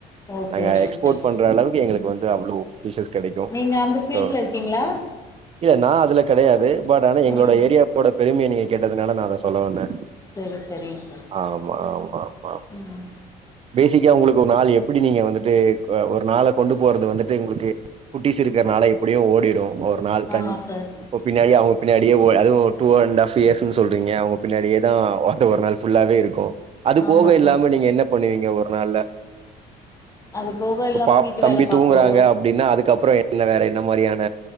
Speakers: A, on the left; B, on the right.
A: ஓகே
B: நாங்க
A: ஓகே
B: எக்ஸ்போர்ட்
A: சார்
B: பண்ற அளவுக்கு எங்ளுக்கு வந் து அவ்ளோ ஃபிஷஸ் கெடைக்கு
A: நீங்க அந்த ஃபீல்ட்ல
B: சோ
A: இருக்கீங்களா
B: இல்ல நா அதுல கெடையாது பட் ஆனா எங்களோட
A: ம்
B: ஏரியாவோட பெருமைய நீங்க கேட்டதுனால நா அத சொல்ல வந்த
A: சரி சரிங்க சார்
B: ஆமா ஆமா ஆமா
A: ம்
B: பேசிக்கா உங்ளுக்கு ஒரு நாள் எப்டி நீங்க வந்துட்டு ஒரு நாள கொண்டு போறது வந்துட்டு உங்ளுக்கு குட்டிஸ் இருக்கிறனால எப்படியு ஓடிடு ஒரு நாள் கண்
A: ஆமா சார்
B: இப்ப பின்னாடிய அவுங்க பின்னாடியே அதுவு டூ அண்ட் ஹாப் இயர்ஸ்ன்னு சொல்றீங்க அவுங்க பின்னாடியே தா வந்து ஒரு நாள் ஃபுல்லாவே இருக்கு அது
A: ஆமா
B: போக இல்லாம
A: சார்
B: நீங்க என்ன பண்ணுவீங்க வொர் என்னால
A: அது போக
B: இப்ப
A: இல்லாம
B: பா
A: வீட்டு
B: தம்பி
A: வேல பாக்குறோ
B: தூங்குறாங்க அப்படின்னா அதுக்கப்புறம் என்ன வேற என்ன மாரியான